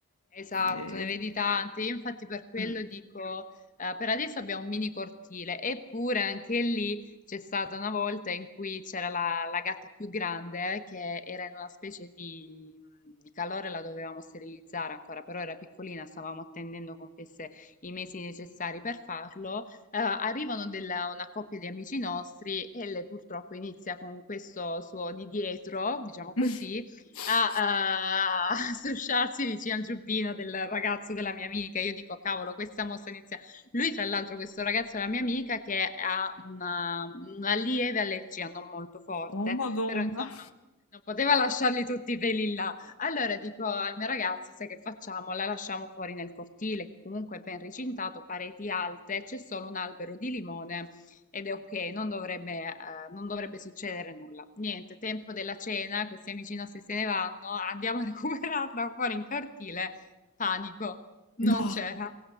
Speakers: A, on the left; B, on the left.
A: Esatto,
B: eh,
A: ne vedi tante. Io infatti per quello
B: mm.
A: dico, eh, per adesso abbiamo un mini cortile, eppure anche lì c'è stata una volta in cui c'era la, la gatta più grande eh, che era in una specie di, di calore, la dovevamo sterilizzare ancora, però era piccolina, stavamo attendendo compiesse i mesi necessari per farlo. Eh, arrivano della- una coppia di amici nostri e lei purtroppo inizia con questo suo di dietro, diciamo
B: <laughs>
A: così a, a <laughs> strusciarsi vicino al giubbino del ragazzo della mia amica. Io dico, cavolo, questa mossa inizia. Lui, tra l'altro, questo ragazzo della mia amica che ha una, una lieve allergia, non molto forte,
B: Oh, Madonna.
A: però insomma. Non poteva lasciarli tutti i peli là. Allora dico al mio ragazzo, sai che facciamo? La lasciamo fuori nel cortile, che comunque è ben recintato, pareti alte, c'è solo un albero di limone ed è ok, non dovrebbe, eh, non dovrebbe succedere nulla. Niente, tempo della cena, questi amici nostri se ne vanno, andiamo a <laughs> recuperarla fuori in cortile. Panico, non
B: No.
A: c'era.